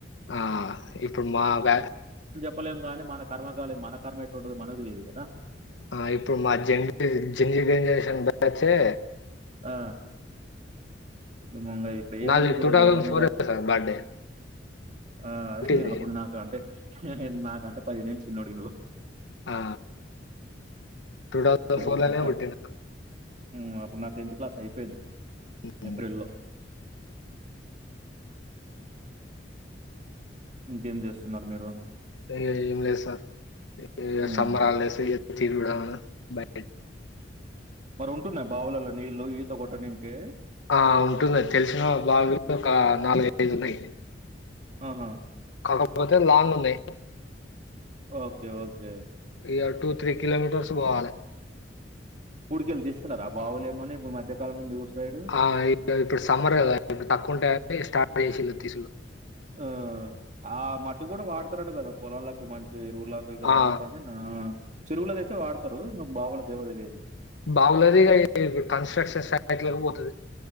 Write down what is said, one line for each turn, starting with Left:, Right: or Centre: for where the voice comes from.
Left: ఆ ఇప్పుడు మా బ్యా
Right: ప్పలేం కాని మన కర్మకు కాలి మనకర్మెట్టుంటదో మనకు తెలీదు కదా
Left: ఆ ఇప్పుడు మా <unintelligible> బ్యాచ్చే
Right: ఆ ఇ ముంగ ఇప్పుడు ఏమైందో
Left: నాది
Right: తెలియదు మొత్తం మీద
Left: సార్ బర్త్‌డే
Right: ఆ
Left: పుట్టింది.
Right: అప్పుడు నాక అంటే నాకంటే పదిహేను ఏళ్లు. చిన్నోడివి నువు
Left: ఆ టూ థౌసండ్ ఫోర్
Right: ఇప్పుడు
Left: లోనే
Right: క
Left: పుట్టినా
Right: హ్మ్ అప్పుడ్ నా టెన్త్ క్లాస్ అయిపోయింది
Left: హ్మ్.
Right: ఏప్రి లో ఇంకేం చేస్తున్నారు మీరు
Left: ఇగ ఏం లేదు సార్ ఏ
Right: హ్మ్.
Left: సమ్మర్ హాలీడేస్ తినుడ బయ
Right: మరి ఉంటున్నాయా బావులలో నీళ్ళలు ఇత ఇత కొట్టానికి
Left: ఆ ఉంటునాది తెలిసిన బావులు ఒక నాలుగై ఐదు ఉన్నాయి
Right: ఆహా
Left: కాకపోతే లాంగ్ ఉన్నాయి
Right: ఓకే ఓకే
Left: ఇగ టూ త్రీ కిలోమీటర్స్ పోవాలి
Right: పుడికెళ్ళ తీస్తున్నార ఆ బావలేమన్న ఇప్పుడు మధ్యకాలంలో మీరు ఊరు సైడు?
Left: ఆ ఇప్పుడు సమ్మర్ కదా ఇప్పుడు తక్కువ ఉంటయీ అని స్టార్ట్ చేసిళ్ళు తీసుడు
Right: ఆ ఆ మట్టి కూడా వాడతారంట కదా పొలలకి కి చెరువులాదతే వాడతారుని
Left: ఆ!
Right: చెరువులద అయితే వాడతారు ఇంగ బావులది దేమో తెలువది
Left: బావులది కన్స్ట్రక్షన్ ఇగ కన్స్ట్రక్షన్ సైట్లకు పోతది